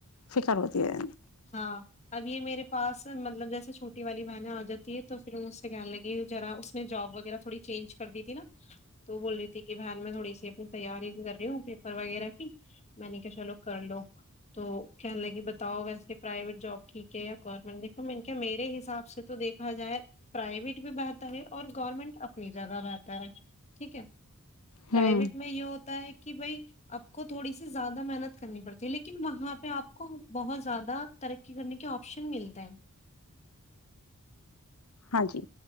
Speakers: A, on the left; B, on the left.
A: فکار ہوتی ہے
B: ہاں اب یہ میرے پاس مطلب جیسے چھوٹی والی بہنیں آ جاتی ہے تو پھر اس سے کہنے لگی ذرا اس نے جاب وغیرہ تھوڑی چینج کر دی تھی نا تو وہ بول رہی تھی کہ بہن میں تھوڑی سی اپنی تیاری کر رہی ہوں پیپر وغیرہ کی میں نے کیا چلو کر لو تو کہنے لگی بتاؤ ویسے پرائیویٹ جاب ٹھیک ہے گورنمنٹ دیکھو میں میرے حساب سے تو دیکھا جائے پرائیویٹ بھی بہتر ہے اور گورنمنٹ اپنی جگہ بہتر ہے ٹھیک ہے پرائیویٹ
A: ہوں
B: میں یہ ہوتا ہے کہ کہ بھائی آپ کو تھوڑی سی زیادہ محنت کرنی پڑتی ہے لیکن وہاں پہ آپ کو بہت زیادہ ترقی کرنے کے آپشن ملتا ہے
A: ہاں جی